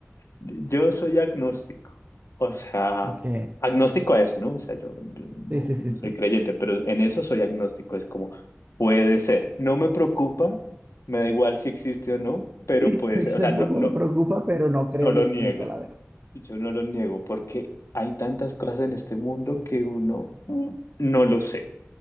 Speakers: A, on the left; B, on the right.
A: Yo soy agnóstico, o sea,
B: Ok,
A: agnóstico a eso, ¿no? O sea, yo, yo no,
B: sí, sí, sí,
A: no
B: sí.
A: soy creyente, pero en eso soy agnóstico, es como, puede ser, no me preocupa, me da igual si existe o no, pero
B: Sí, <laughs>
A: puede ser, o
B: tampoco
A: sea, no, no,
B: me preocupa, pero no creo
A: no lo
B: que exista,
A: niego.
B: la verdad.
A: Yo no lo niego porque hay tantas cosas en este mundo que uno mm, no lo sé,